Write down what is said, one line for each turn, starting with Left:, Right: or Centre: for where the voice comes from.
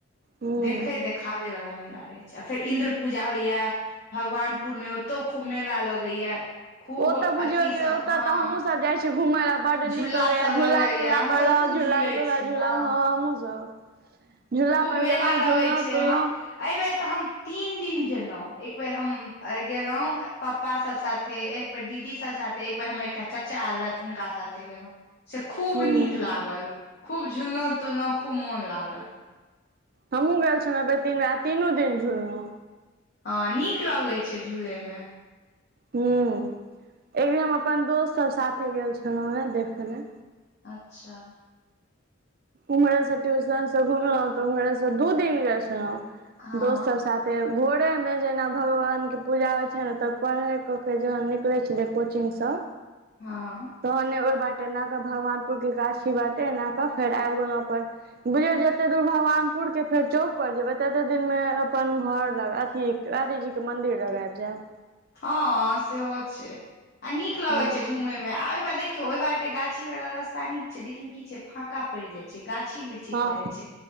Right: हूँ
Left: देखे देखाबे वाला मेला रहै छै फेर इन्द्र पूजा होइया भगवानपुर मे ओतौ खूब मेला लगैया खूब
Right: ओतऽ
Left: अथी
Right: बुझियौ जे
Left: सब
Right: ओतय
Left: हँ
Right: तऽ हमहुसब जाइ छी घुम लऽ बड
Left: झूला
Right: नीक लगे या
Left: सब लगैया
Right: झूला तूला
Left: हमसब
Right: पर रहब
Left: खूब झूले
Right: झूला तूला
Left: छी
Right: झूला
Left: हँ
Right: हमहू सब झूला
Left: खूब
Right: पर
Left: मेला
Right: गेलहुँ
Left: लगै
Right: झुललहुँ
Left: छै
Right: तुललहुँ
Left: ह एहि बेर तऽ हम तीन दिन गेलो एक बेेर हम गेलो पप्पा सब साथे एक बेर दीदी सब साथे एकबेर हमर एकटा चाचा आयलथि हुनका साथे गेलों से खूब
Right: हूँ
Left: नीक लागल खूब झुललो तुललो खूब मोन लागल
Right: हमूँ गेल छलहुँ तीन बेरा तीनू दिन झुलो
Left: हँ नीक लगैत छै झूले में
Right: हू एक बेर हम अपन दोस्त सब साथे गेल छलो हे देखय लऽ
Left: अच्छा
Right: उम्हरे टयूशन से घुमलहु तऽ उम्हरे सँ दू दिन गेल छलो
Left: हँ
Right: दोस्त सब साथ तऽ भोरे नय जेना भगवानके पूजा होइ छै ने तऽ पढ़ै कऽ के जहन निकलै छलै कोचिगसँ
Left: हां
Right: तहने ओहि बाटे एनाकऽ भगवानपुर के गाछी ई बाटे एना कऽ फेर आएब गेलहुँ अपन बुझियौ जते दूर भगवानपुर के फेर चौक पर जेबे तते देर मे अपन घर लग अथी राधे जीके मंन्दिर लग आयब जायब
Left: हाॅं सेहो छै आ नीक लगे
Right: हँ
Left: छै घूमे में आ ओहि बार देखियौ ओहि बाटे ते गाछी वाला रस्ता नीक छै लेकिन की छै फाका पड़ जाय छै गाछी वृक्षी
Right: हँ
Left: भऽ जाय छै